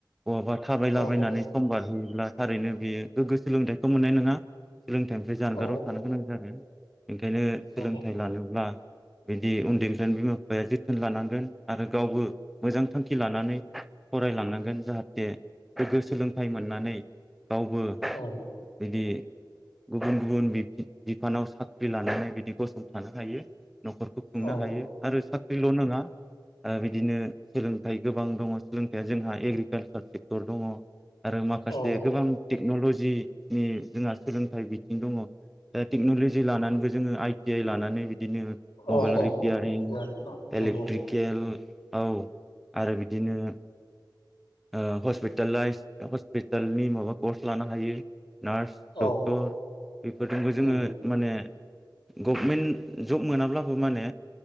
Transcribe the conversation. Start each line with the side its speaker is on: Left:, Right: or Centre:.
Centre: बहाबा थाबायलाबायनानै
Left: औ औ
Centre: समबारहोयोब्ला थारैनो बेयो गोग्गो सोलोंथाइखौ मोननाय नङा। सोलोंथाइनिफ्राय जानगाराव
Left: औ
Centre: थानो गोनां जागोन। ओंखायनो
Left: औ
Centre: सोलोंथाइ लानोब्ला बिदि उन्दैनिफ्रायनो बिमा बिफाया जोथोन लानांगोन आरो गावबो मोजां थांखि लानानै फरायलांनांगोन जाहाथे गोग्गो सोलोंथाइ मोननानै गावबो
Left: औ
Centre: बिदि गुबुन गुबुन बिफानाव साख्रि लानानै बिदि गसंथानो हायो। न'खरखौ खुंनो
Left: औ
Centre: हायो आरो साख्रिल' नङा बिदि बिदिनो सोलोंथाइ गोबां दङ सोलोंथाइया जोंहा एग्रिकालसार सेक्टर दङ आरो माखासे
Left: औ
Centre: गोबां तेक टेक्न'लजिनि जोंहा सोलोंथाइ बिथिं दङ दा टेक्न'लजि लानानैबो जोङो आइ टि आइ लानानै बिदिनो
Left: औ
Centre: मबाइल
Left: औ
Centre: रिपियारिं
Left: औ थिगानो औ नंगौ
Centre: इलेक्ट्रिकेल औ आरो बिदिनो अ हस्पितलाइस हस्पिटालनि माबा कर्स लानो हायो। नार्स डक्टर
Left: औ
Centre: बेफोरजोंबो जोङो
Left: उम
Centre: माने गभमेन्ट जब मोनाब्लाबो मानो